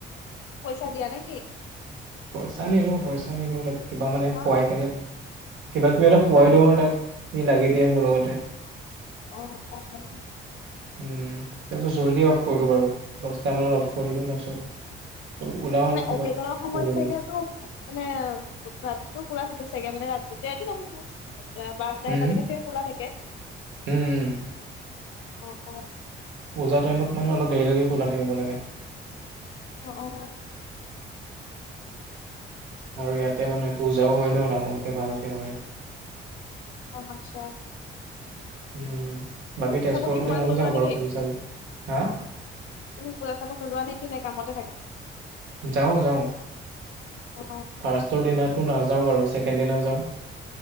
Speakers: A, on the left (about 80°); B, on the right (about 75°).
A: পইচা দিয়া নে কি
B: পইচা নিদিও পইচা উম-উম তাক কিবা মানে
A: অ
B: খোৱাই কেনে কিবা-কিবি এটা খোৱাই দিওঁ আৰু তাক সি লাগি দিয়ে মোৰ লগতে।
A: অ অঁ
B: উ তাৰপিছত জল্দি অফ কৰোঁ বাৰু দহটা মানত অফ কৰিলো তাৰপিছত ওলাও
A: মানে
B: আৰু ক'ৰবাত
A: অকেজনৰ সময়ত
B: কৰিবলৈ
A: চাগে তো মানে ভাততো পুৰা চাগে মানে ৰাতি গোটে ৰাতি নহয়। এ বাৰটা
B: হম
A: এটালৈকে
B: হম
A: চাগে খোলা থাকে,
B: উম উম
A: অ অঁ,
B: পূজা টাইমত মানে অলপ দেৰিলৈকে খোলা থাকিব লাগে।
A: অ অ অ।
B: আৰু ইয়াতে মানে পূজাও হয় ন ডাঙৰকে ভালকে হয়।
A: অ আটচা।
B: উ বাকী তেজপুৰৰ
A: কি তোমালোকে
B: ফালে ময়ো
A: নোযোৱা
B: যাওঁ
A: নেকি
B: বাৰু পূজা চাব হা
A: তুমি পুজা চাব নোযোৱা নে কি নাই কামতে থাকা?
B: যাওঁ যাওঁ
A: অ
B: ফাৰ্ষ্টৰ দিনাটো নাযাওঁ বাৰু ছেকেণ্ড দিনা যাওঁ।